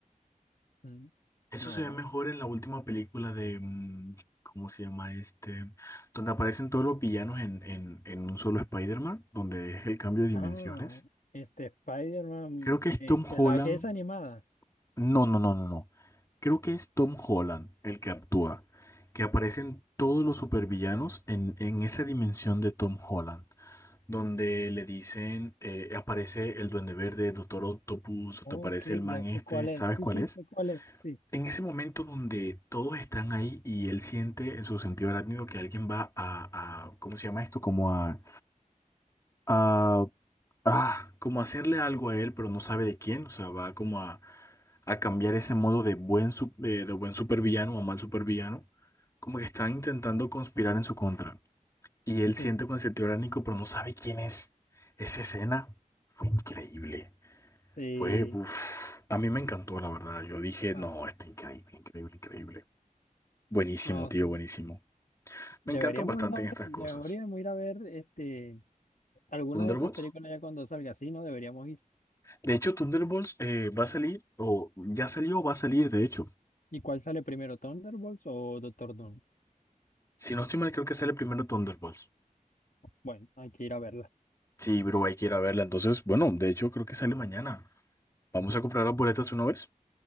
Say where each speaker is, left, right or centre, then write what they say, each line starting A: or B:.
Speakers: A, on the left; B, on the left.
A: mm.
B: eso
A: No.
B: se ve mejor en la última película de, mm, ¿cómo se llama este? Donde aparecen todos los villanos en, en, en un solo Spider-Man, donde es el cambio de dimensiones.
A: Ah, este Spider-Man,
B: Creo que es
A: este,
B: Tom Holland
A: la que es animada.
B: No, no, no, no, no. Creo que es Tom Holland el que actúa, que aparecen todos los supervillanos en, en esa dimensión de Tom Holland, donde le dicen, eh, aparece el Duende Verde, Doctor Octopus,
A: Ok,
B: o te aparece el man
A: ya sé
B: este,
A: cuál es.
B: ¿sabes
A: Sí,
B: cuál
A: sí,
B: es?
A: sé cuál es. Sí,
B: En ese momento donde todos están ahí y él siente en su sentido arácnido que alguien va a, a- ¿cómo se llama esto? Como a, a ah, como hacerle algo a él, pero no sabe de quién, o sea, va como a, a cambiar ese modo de buen, su- de, de buen supervillano a mal supervillano, como que están intentando conspirar en su contra. Y él siente
A: sí,
B: con ese tiránico, pero no sabe quién es. Esa escena fue increíble.
A: sí.
B: Fue, uff, a mí me encantó, la verdad. Yo dije,
A: Ah,
B: no, está increíble, increíble, increíble. Buenísimo,
A: no,
B: tío,
A: sí.
B: buenísimo. Me
A: Deberíamos
B: encantan bastante
A: ir a ver,
B: en estas
A: deberíamos
B: cosas.
A: ir a ver este, alguna
B: Thunderbolts.
A: de esas películas ya cuando salga. Sí, no, deberíamos ir.
B: De hecho, Thunderbolts eh, va a salir, o ya salió, va a salir, de hecho.
A: ¿Y cuál sale primero, Thunderbolts o Doctor Doom?
B: Si no estoy mal, creo que sale primero Thunderbolts.
A: Bueno, hay que ir a verla.
B: Sí, bro, hay que ir a verla. Entonces, bueno, de hecho, creo que sale mañana. Vamos a comprar las boletas una vez.